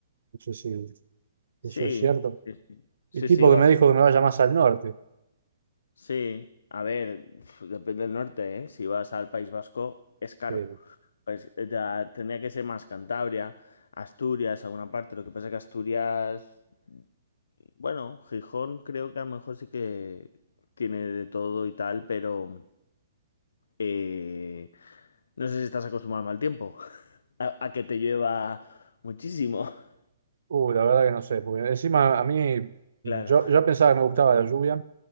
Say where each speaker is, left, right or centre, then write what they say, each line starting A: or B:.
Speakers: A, on the right (about 75°); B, on the left (about 80°).
A: No sé si
B: Sí,
A: eso es cierto.
B: sí, sí. Sí,
A: El tipo
B: sí, va
A: que me
B: a subir.
A: dijo que me vaya más al norte.
B: Sí, a ver, pf, depende del norte, ¿eh? Si vas al País Vasco, es caro.
A: sí
B: Pues, eh, ya tendría que ser más Cantabria, Asturias, alguna parte. Lo que pasa es que Asturias, bueno, Gijón creo que a lo mejor sí que tiene de todo y tal, pero eh, no sé si estás acostumbrado al mal tiempo, <laughs> a, a que te llueva muchísimo. <laughs>
A: Uh, la verdad que no sé, porque encima a mí,
B: Claro.
A: yo, yo pensaba que me gustaba la lluvia,